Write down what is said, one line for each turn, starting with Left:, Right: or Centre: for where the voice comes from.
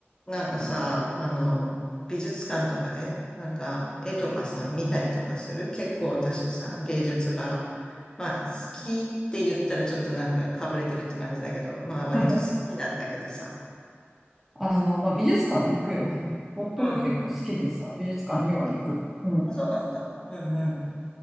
Left: なんかさ、あの、美術館とかで、なんか絵とかさ、見たりとかする結構私さ、芸術が、まあ好きって言ったらちょっとなんかかぶれてるって感じだけど、まあ割と好きなんだけどさ。
Centre: <laughs> あの、まあ、美術館は行くよね。夫が結構好きでさ、
Left: うん。
Centre: 美術館には行く。うん。
Left: あ、そうなんだ。うんうん。